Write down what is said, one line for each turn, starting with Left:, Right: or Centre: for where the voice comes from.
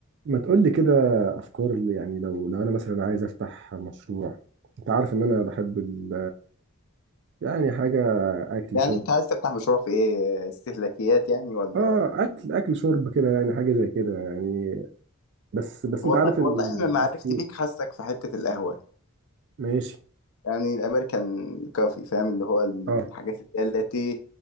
Right: ما تقول لي كده افكار اللي يعني لو لو انا مثلا عايز افتح مشروع انت عارف ان انا بحب ال... يعني حاجه اكل
Left: يعني
Right: شرب
Left: انت عايز تفتح مشروع في ايه استهلاكيات يعني ولا
Right: اه اكل اكل شرب كده يعني حاجه زي كده يعني بس بس
Left: والله
Right: انت عارف ان
Left: والله انا ما
Right: ناس
Left: عرفت
Right: كتير
Left: بيك حاسك في حتة القهوة
Right: ماشي
Left: يعني الامريكان كافي فاهم اللي هو الحاجات
Right: اه
Left: اللي هي اللاتيه